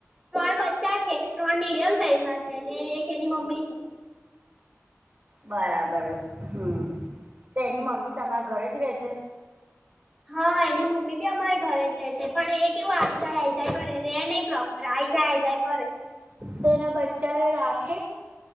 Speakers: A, in the centre; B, on the right (about 35°).
A: ત્રણ બચ્ચા છે, ત્રણ મીડિયમ સાઈઝના છે, ને એક એની મમ્મી છે.
B: બરાબર હમ તો એની મમ્મી તમારા ઘરે જ રે છે?
A: હહ એની મમ્મી બી અમારે ઘરે જ રહે છે. પણ એ કેવું આઈ જાય આઈ જાય કરે રે નહીં પ્રોપ પર આઈ જાય, આઈ જાય કરે.
B: તો એના બચ્ચાને રાખે?